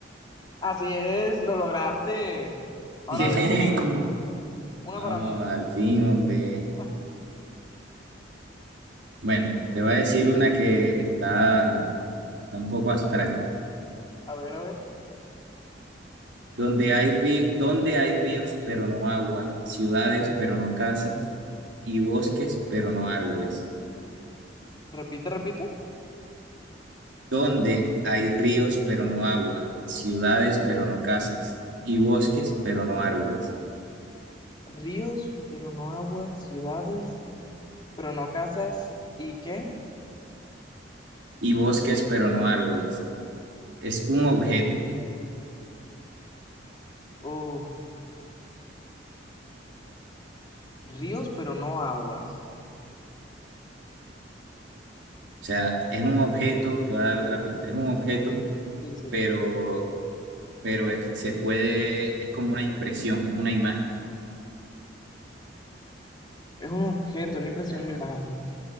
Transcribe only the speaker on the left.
Así es, lo lograste. Ahora
a ver, una
para mí.
<laughs>
A ver, a ver.
Repite, repite.
Ríos, pero no aguas, ciudades, pero no casas. ¿Y qué?
Uf, ríos, pero no aguas.
Sí, sí.
Es un objeto, una impresión,
una imagen.